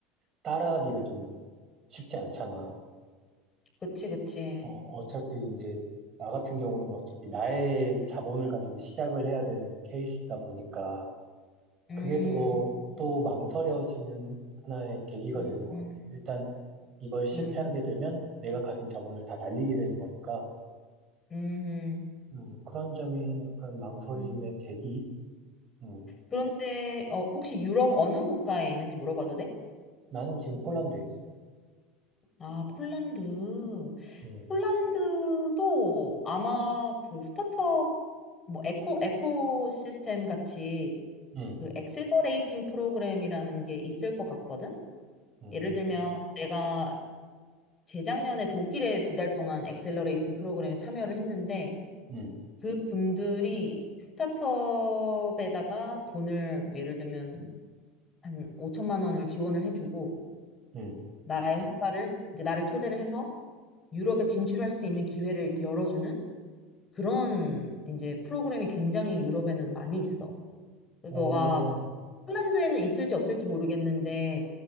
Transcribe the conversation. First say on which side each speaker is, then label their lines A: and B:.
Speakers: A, on the right (about 40°); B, on the left (about 25°).
A: 따라하기가 좀 쉽지 않잖아.
B: 그치, 그치.
A: 어, 어차피 이제, 나 같은 경우는 어차피 나의 자본을 가지고 시작을 해야 되는 케이스다 보니까
B: 음,
A: 그게 또, 또 망설여지는 하나의 계기가
B: 음,
A: 되는 것
B: 음,
A: 같아. 일단 이걸 실패하게
B: 음,
A: 되면 내가 가진 자본을 다 날리게 되는 거니까.
B: 음.
A: 음, 그런 점이 약간 망설임의
B: 음.
A: 계기? 음,
B: 그런데, 어, 혹시 유럽 어느 국가에 있는지 물어봐도 돼?
A: 나는 지금 폴란드에 있어.
B: 아, 폴란드.
A: 음,
B: 폴란드도 아마 그 스타트업, 뭐, 에코, 에코 시스템 같이
A: 음,
B: 그 엑셀러레이팅 프로그램이라는 게 있을 것 같거든?
A: 음,
B: 예를 들면 내가 재작년에 독일에 두 달 동안 엑셀러레이팅 프로그램에 참여를 했는데
A: 음,
B: 그 분들이 스타트업에다가 돈을 뭐 예를 들면 한 5천만 원을 지원을 해주고
A: 음.
B: 나의 회사를 이제 나를 초대를 해서 유럽에 진출할 수 있는 기회를 이렇게 열어주는 그런 이제 프로그램이 굉장히 유럽에는 많이 있어. 그래서
A: 오,
B: 너가 폴란드에는 있을지 없을지 모르겠는데